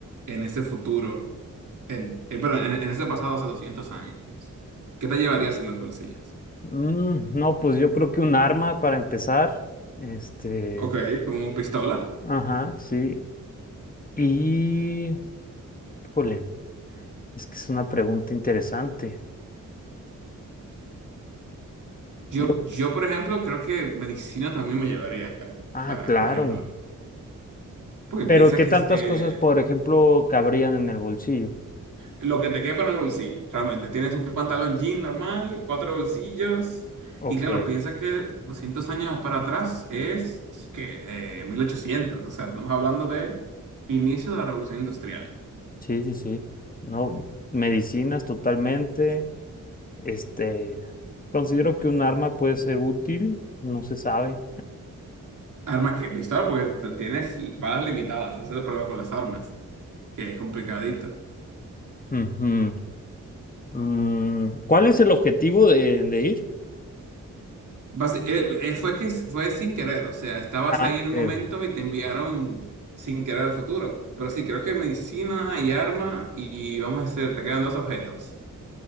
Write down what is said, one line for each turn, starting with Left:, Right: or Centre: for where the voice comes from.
Right: en ese futuro, en, eh, perdón, en, en ese pasado hace 200 años? ¿Qué te llevarías en los bolsillos?
Left: Mm, no, pues yo creo que un arma para empezar. Este.
Right: Ok, como pistola.
Left: Ajá, sí. Y. Híjole, es que es una pregunta interesante.
Right: Yo,
Left: Yo-
Right: yo, por ejemplo, creo que medicina también me llevaría,
Left: Ah,
Right: para,
Left: claro.
Right: por ejemplo, porque
Left: Pero,
Right: piensa
Left: ¿qué
Right: que
Left: tantas
Right: es, eh,
Left: cosas, por ejemplo, cabrían en el bolsillo?
Right: lo que te quepa en el bolsillo, realmente. Tienes un pantalón jean normal, cuatro bolsillos.
Left: Ok.
Right: Y claro, piensa que 200 años para atrás es que eh, mil ochocientos O sea, estamos hablando de inicio de la revolución industrial.
Left: Sí, sí, sí. No, medicinas totalmente. Este, considero que un arma puede ser útil, no se sabe.
Right: Armas que, pistola, porque t- tienes balas limitadas. Ese es el problema con las armas, que es complicadito.
Left: Ujú. Mm, ¿cuál es el objetivo de, de ir?
Right: Basi- eh, eh, fue que s- fue sin querer. O sea, estabas
Left: Ah,
Right: ahí
Left: ok.
Right: en un momento y te enviaron sin querer al futuro. Pero sí, creo que medicina y arma. Y vamos a hacer, te quedan dos objetos.